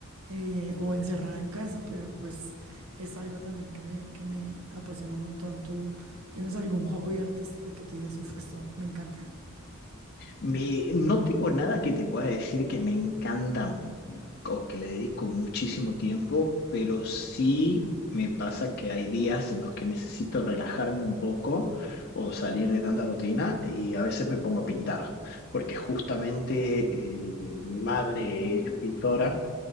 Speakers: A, on the right (about 80°); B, on the left (about 50°).
A: eh, o encerrada en casa, pero pues es algo también que me, que me apasiona un montón. ¿Tú tienes algún hobby artístico que te digas, uff, esto me encanta?
B: Me, no tengo nada que te pueda decir que me encantan o que le dedico muchísimo tiempo, pero sí me pasa que hay días en los que necesito relajarme un poco o
A: Ajá.
B: salir de tanta rutina y a veces me pongo a pintar, porque justamente eh, mi madre es pintora.